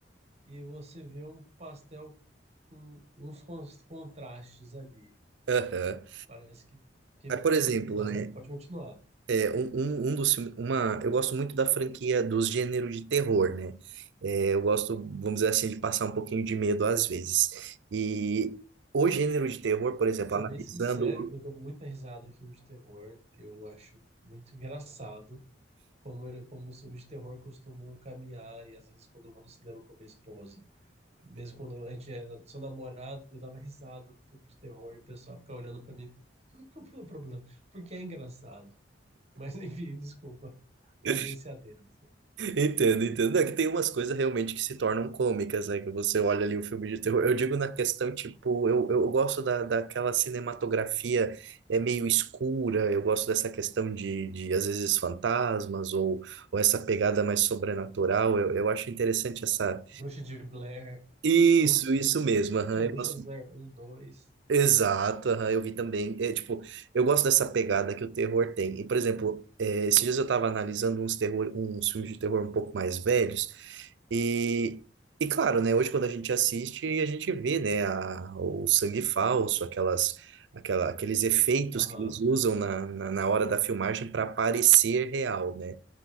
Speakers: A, on the right; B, on the right.
A: e você vê um pastel com uns cons- contrastes ali.
B: Aham.
A: Parece que, que
B: Aí, Por
A: pega.
B: exemplo,
A: Aham,
B: né?
A: pode continuar.
B: é, um, um, um dos filmes, uma, eu gosto muito da franquia dos gêneros de terror, né? É, eu gosto, vamos dizer assim, de passar um pouquinho de medo às vezes. E o gênero de terror, por exemplo,
A: Pra ser
B: analisando.
A: bem sincero, eu dou muita risada em filme de terror. Eu acho muito engraçado como, como os filmes de terror costumam caminhar. E às vezes, quando eu vou no cinema com minha esposa, mesmo quando a gente era só namorado, eu dava risada no filme de terror e o pessoal ficava olhando pra mim. <laughs> Qual que é o problema? Porque é engraçado. Mas <laughs> enfim, desculpa fazer
B: <laughs>
A: esse adendo.
B: Entendo, entendo. É que tem umas coisas realmente que se tornam cômicas, né? Que você olha ali o filme de terror. Eu digo na questão, tipo, eu, eu gosto da, daquela cinematografia é meio escura, eu gosto dessa questão de, de às vezes, fantasmas ou, ou essa pegada mais sobrenatural. Eu, eu acho interessante essa.
A: Bruxa de Blair.
B: Isso,
A: Nossa,
B: isso mesmo. aham.
A: tinha
B: Eu
A: Bruxa
B: gosto
A: de Blair um dois
B: Exato, aham, eu vi também. É, tipo, eu gosto dessa pegada que o terror tem. E, por exemplo, é, esses dias eu estava analisando uns terror, uns filmes de terror um pouco mais velhos. E, e claro, né, hoje quando a gente assiste, a gente vê, né, a- o sangue falso, aquelas, aquela, aqueles efeitos
A: Aham.
B: que eles usam na, na, na hora da filmagem para parecer real, né?